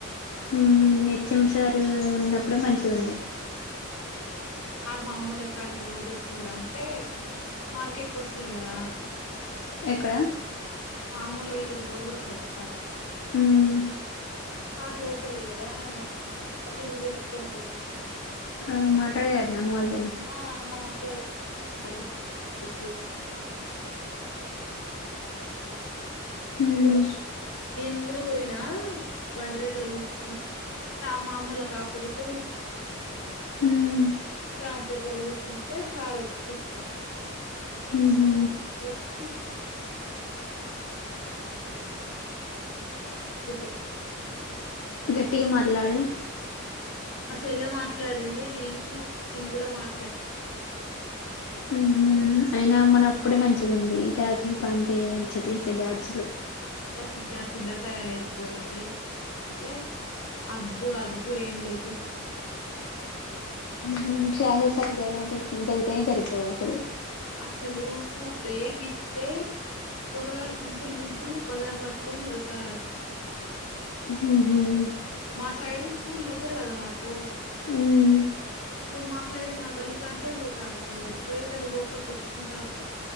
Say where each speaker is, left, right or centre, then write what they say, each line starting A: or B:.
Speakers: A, on the left; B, on the left.
A: హ్మ్ హెచ్ఎం సార్ ఉన్నప్పుడే మంచిగా ఉండే
B: మా అమ్మ వొళ్లకడిగి రోజు వత్తడు అంటే మార్కెట్ కి వస్తాడు కదా
A: ఎక్కడ
B: మామూలా దగ్గరికి రోజస్తాడు సారు
A: హ్మ్
B: సార్ లోకలే కదా అవి ఇవి కొనుక్కని పో
A: కాల్ మల్తదానటన అమ్మ వాళ్
B: ఆ మాట్లాదిండి అడుగుతారట ఏం చెస్తారు <inaudible>
A: మ్మ్
B: ఒకరోజు నేను కూడ పోయినా మా బండి దగ్గర కూర్చున్నా అంటే మామూలకు ఆపోజిట్ లో కూర్చుచునం
A: హ్మ్
B: సార్ దగ్గర కూర్చుంటే సార్ వచ్చిండు
A: మ్హూ
B: వద్దు చూ <unintelligible>
A: గేట్టిగ మాట్లాడు
B: మా చెల్లె మాట్లాడింది నేను నేను కూడ మాట్లాడిన సార్ తోటి
A: హ్మ్ అయినా మన అప్పుడే మంచిగా ఉంది ఈ తరాత్రకి పంతే మంచిది తే బ్యాచులు
B: చిల్లర్ చిల్లర్ తయారుయినారు పోరగాళ్లు <unintelligible> అద్దు అదుపు ఎం లేకుండా
A: హ్మ్ చాలా సార్లు <unintelligible> జరుగుతాయి జరుగవో అసలు
B: అసలు బ్రేక్ ఇత్తే పోరగాళ్లు గుంపులు గుంపులు బజార్లు పట్టుకొని తిరుగుతారు అసలు
A: ఉహ్మ్
B: మా సైడు స్కూల్ దగ్గర కదా మాకు
A: హ్మ్
B: ఈగ మా సైడ్ మా గల్లీ కాంచే పోతారు పోరగాళ్లు పోయేటలు పోక కొట్టుకుంటారు